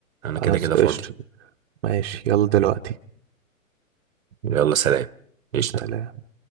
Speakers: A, on the right (about 75°); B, on the right (about 50°).
A: انا
B: خلاص
A: كده كده
B: قشطة
A: فاضي
B: ماشي يلا دلوقتي
A: يلا سلام قشطة
B: سلام